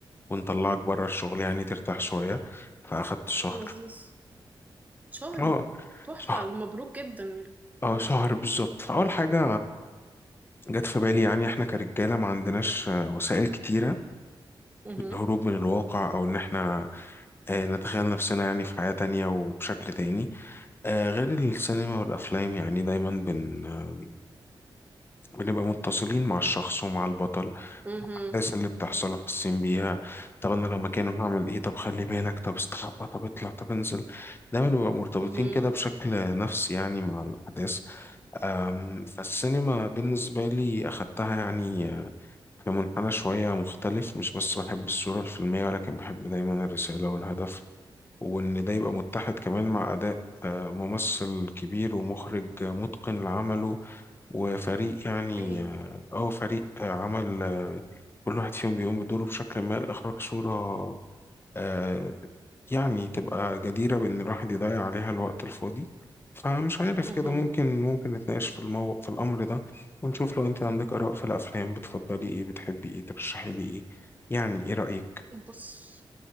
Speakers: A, on the left; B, on the right.
A: ونطلعك بره الشغل يعني ترتاح شويه فاخدت شهر
B: لذيذ شهر
A: اه
B: تحفة
A: شهر
B: مبروك جدا يعني
A: اه شهر بالظبط فاول حاجه جت في بالي يعني احنا كرجاله ما عندناش آه، وسائل كتيره
B: اها
A: للهروب من الواقع او ان احنا آه، نتخيل نفسنا يعني في حياة تانية وبشكل تاني آه، غير السينما والأفلام يعني دايما بن... آه، بنبقى متصلين مع الشخص ومع البطل
B: اها
A: الأحداث اللي بتحصل وحاسين بيها طب أنا لو مكانه هعمل إيه طب خلي بالك طب استخبى طب اطلع طب انزل دايما بنبقى مرتبطين
B: اها
A: كده بشكل نفسي يعني مع الأحداث أم، فالسينما بالنسبة لي أخدتها يعني آه، في منحنى شوية مختلف مش بس بحب الصورة الفيلمية ولكن بحب دايما الرسالة والهدف وإن ده يبقى متحد كمان مع أداء آه، ممثل كبير ومخرج آه، متقن لعمله وفريق يعني
B: اوكي
A: اه أو فريق آه، عمل آه، كل واحد فيهم بيقوم بدوره بشكل ما لإخراج صورة آه، يعني تبقى جديرة بإن الواحد يضيع عليها الوقت الفاضي فمش عارف
B: اها
A: كده ممكن ممكن نتناقش في المو... في الأمر ده ونشوف لو أنت عندك آراء في الأفلام بتفضلي إيه بتحبي إيه ترشحي لي إيه يعني إيه رأيك؟
B: بص